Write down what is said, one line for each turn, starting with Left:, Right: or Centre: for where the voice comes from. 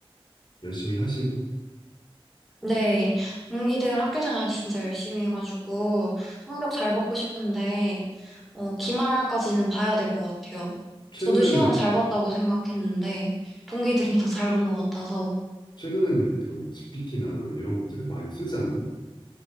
Left: 열심히 하시고
Centre: 네, 동기들 학교 생활 진짜 열심히 해가지고 성적 잘 받고 싶은데, 어, 기말까지는 봐야 될 것 같아요.
Left: 최근에는
Centre: 저도 시험을 잘 봤다고 생각했는데, 동기들이 더 잘 본 것 같아서,
Left: 최근에는 그런 GPT나 이런 것들을 많이 쓰지 않나?